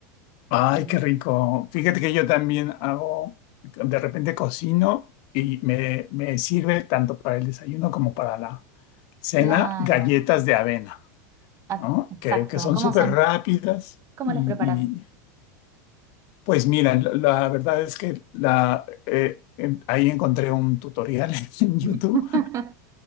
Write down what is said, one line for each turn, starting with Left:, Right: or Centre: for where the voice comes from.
Left: Ay,
Right: Mm.
Left: qué rico. Fíjate que yo también hago, de repente cocino y me, me sirve tanto para el desayuno como para la cena
Right: Claro,
Left: galletas de avena,
Right: Ah,
Left: ¿no?
Right: exacto.
Left: Que, que son
Right: ¿Cómo
Left: súper
Right: son?
Left: rápidas
Right: ¿Cómo
Left: y,
Right: los preparas?
Left: y, pues mira, la, la verdad es que la, eh, en- ahí encontré un tutorial <laughs> en YouTube
Right: <laughs>